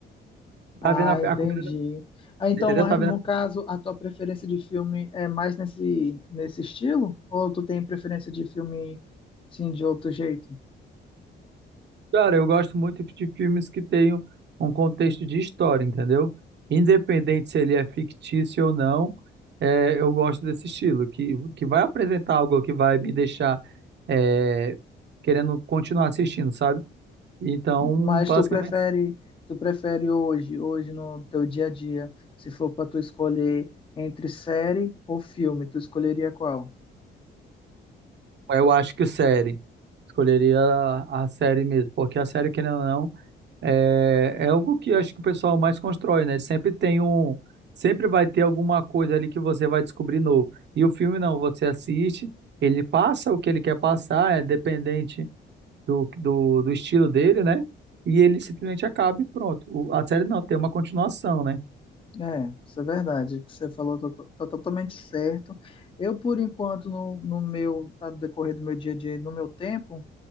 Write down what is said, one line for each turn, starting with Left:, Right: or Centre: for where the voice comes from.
Right: tá
Left: Ah,
Right: vendo a,
Left: entendi.
Right: a comida da,
Left: Ah, Então,
Right: entendeu?
Left: a-
Right: Tá
Left: no
Right: vendo
Left: caso, a tua preferência de filme é mais nesse, nesse estilo? Ou tu tem preferência de filme, sim, de outro jeito?
Right: Cara, eu gosto muito de filmes que tenham um contexto de história, entendeu? Independente se ele é fictício ou não, é, eu gosto desse estilo, que, que vai apresentar algo que vai me deixar é, querendo continuar assistindo, sabe? Então,
Left: Mas
Right: basicamente,
Left: tu prefere, tu prefere hoje, hoje no teu dia a dia, se for para tu escolher entre série ou filme, tu escolheria qual?
Right: eu acho que série. Escolheria a, a série mesmo, porque a série, querendo ou não, É, é algo que eu acho que o pessoal mais constrói, né? Sempre tem um, sempre vai ter alguma coisa ali que você vai descobrir novo. E o filme não, você assiste, ele passa o que ele quer passar, é dependente do, do, do estilo dele, né? E ele simplesmente acaba e pronto. O- a série não, tem uma continuação, né?
Left: É, isso é verdade. O que você falou tá, to- tá totalmente certo. Eu, por enquanto, no, no meu, no decorrer do meu dia a dia, e no meu tempo